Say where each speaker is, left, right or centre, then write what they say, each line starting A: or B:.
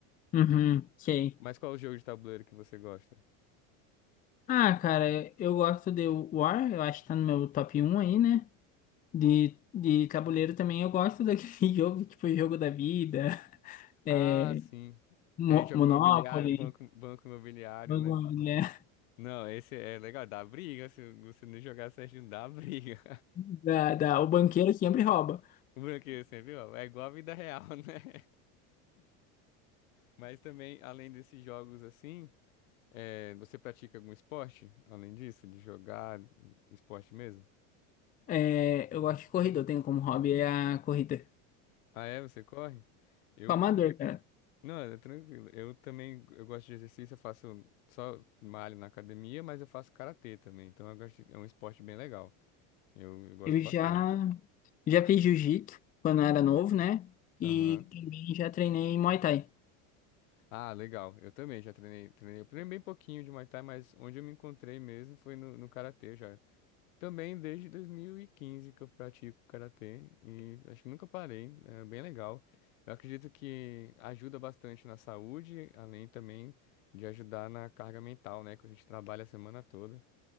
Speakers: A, on the left; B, on the left.
A: Uhum, sei.
B: Mas qual é o jogo de tabuleiro que você gosta?
A: Ah, cara, eu gosto de War, eu acho que tá no meu top um aí, né? De, de tabuleiro também eu gosto daquele <laughs> jogo, tipo Jogo da Vida, é,
B: Ah, sim.
A: Mo-
B: É jogo
A: Monopoly,
B: imobiliário, banco, banco imobiliário,
A: Banco
B: né?
A: Imobiliário,
B: Não, esse é legal, dá briga. Se você não jogar certinho, dá briga.
A: da, da, o banqueiro sempre rouba.
B: O Branqueiro, você viu? É igual a vida real, <laughs> né? Mas também, além desses jogos assim, é, você pratica algum esporte? Além disso, de jogar esporte mesmo?
A: É, eu gosto de corrida, eu tenho como hobby é a corrida.
B: Ah, é? Você corre? Eu.
A: Com amador, cara.
B: Não, é tranquilo. Eu também eu gosto de exercício, eu faço só malho na academia, mas eu faço karatê também. Então eu gosto de- é um esporte bem legal. Eu, eu gosto
A: Eu
B: bastante.
A: já. Já fiz jiu-jitsu quando era novo, né? E
B: Aham.
A: também já treinei Muay Thai.
B: Ah, legal. Eu também já treinei, treinei. Eu treinei bem pouquinho de Muay Thai, mas onde eu me encontrei mesmo foi no, no karatê já. Também desde 2015 que eu pratico karatê e acho que nunca parei, é bem legal. Eu acredito que ajuda bastante na saúde, além também de ajudar na carga mental, né, que a gente trabalha a semana toda.